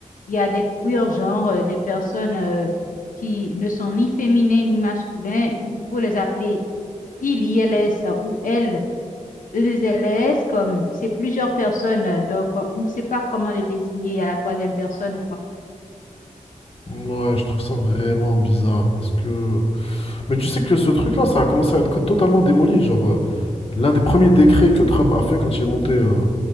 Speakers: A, on the left (about 85°); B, on the left (about 45°).
A: il y a des queers, genre euh, des personnes euh, qui ne sont ni féminins ni masculins, il faut les appeler ILS ou L. LS, comme c'est plusieurs personnes, euh, donc euh, on ne sait pas comment les désigner à la troisième personne ou quoi.
B: Ouais, je trouve ça vraiment bizarre parce que... Mais tu sais que ce truc-là, ça a commencé à être co- totalement démoli. Genre, euh, l'un des premiers décrets que Trump a fait quand il est monté euh,